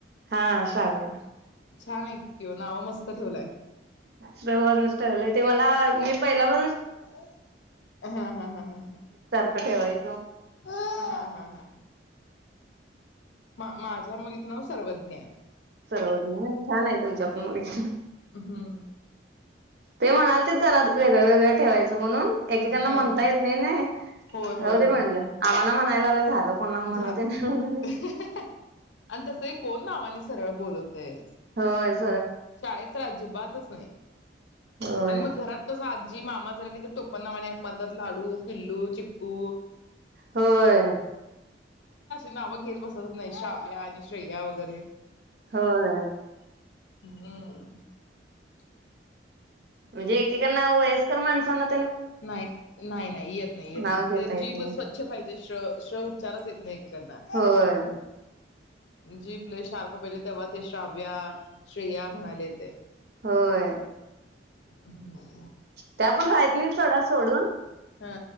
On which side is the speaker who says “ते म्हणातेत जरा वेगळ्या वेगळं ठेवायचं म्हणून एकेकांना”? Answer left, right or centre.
Right